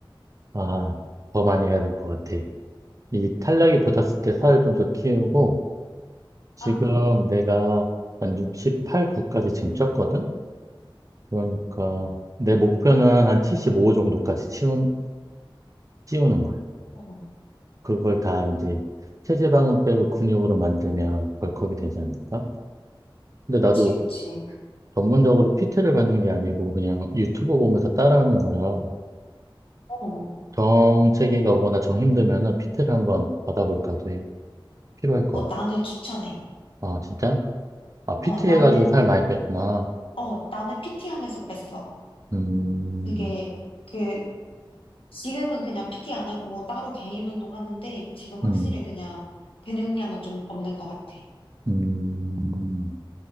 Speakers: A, on the right (about 40°); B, on the left (about 85°).
A: 아, 더 많이 해야 될 것 같아. 이 탄력이 붙었을 때 살을 좀 더 키우고, 지금
B: 아,
A: 내가 한 68, 9까지 지금 쪘거든? 그러니까, 내 목표는 한 75 정도까지 치운, 찌우는 거야.
B: 어,
A: 그걸 다 이제 체지방은 빼고 근육으로 만들면 벌크업이 되지 않을까? 근데 나도
B: 그치, 그치.
A: 전문적으로 PT를 받는 게 아니고 그냥 유튜브 보면서 따라하는 거라
B: 어, 어,
A: 정체기가 오거나 정 힘들면은 PT를 한번 받아볼까도 해. 필요할 것
B: 나는 추천해.
A: 같아. 아, 진짜? 아, PT
B: 어, 나는,
A: 해가지고 살 많이 뺐구나.
B: 어, 나는 PT 하면서 뺐어.
A: 음,
B: 그게, 그 지금은 그냥 PT 안 하고 따로 개인 운동 하는데 지금 확실히
A: 음,
B: 그냥 근육량은 좀 없는 것 같아.
A: 음.